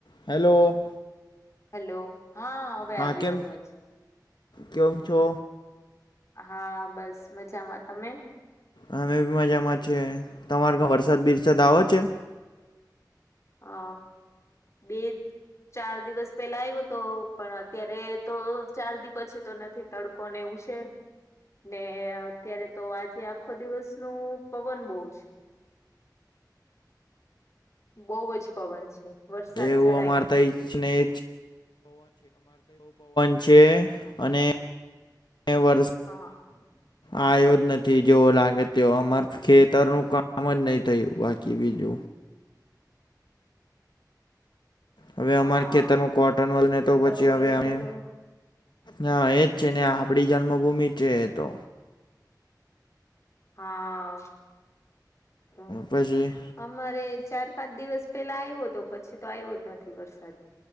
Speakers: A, on the left; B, on the left.
A: Hello
B: hello હા હવે
A: હા
B: આવ્યો
A: કેમ
B: અવાજ
A: કેમ છો
B: હા બસ મજામાં તમે
A: અમે બી મજામાં છે તમારે ઘ વરસાદ બિરસાદ આવો છે
B: અ બે ચાર દિવસ પેલા આવ્યો તો પણ અત્યારે તો ચાર દિવ પછી તો નથી તડકો ને એવું છે ને અત્યારે તો આજે આખો દિવસ નું પવન બહુ છે બોહજ પવન છે વરસાદ
A: એવું
B: જરાય
A: અમાર <unintelligible>
B: નથી
A: પવન છે અને વરષ
B: હા
A: આ્યો જ નથી જેવો લાગે તે અમાર ખેતરનું કામ જ નહી થયું બાકી બીજું હવે
B: હા
A: અમારા ખેતરમાં કોટન વલને
B: ખેતર
A: તો પછી
B: હોય
A: હવે
B: એટલે
A: અમે
B: તો
A: હા એજ છે ને આપડી જન્મભૂમિ છે એ તો
B: હા તો
A: પછી
B: અમારે ચાર પાંચ દિવસ પેલા આવ્યો તો પછી તો આવ્યો જ નથી વરસાદ